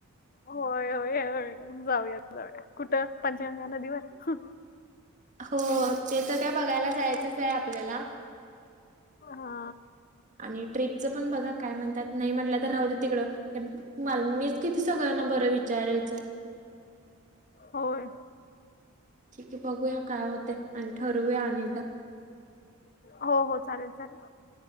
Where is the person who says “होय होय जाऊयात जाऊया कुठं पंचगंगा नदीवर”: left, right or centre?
Left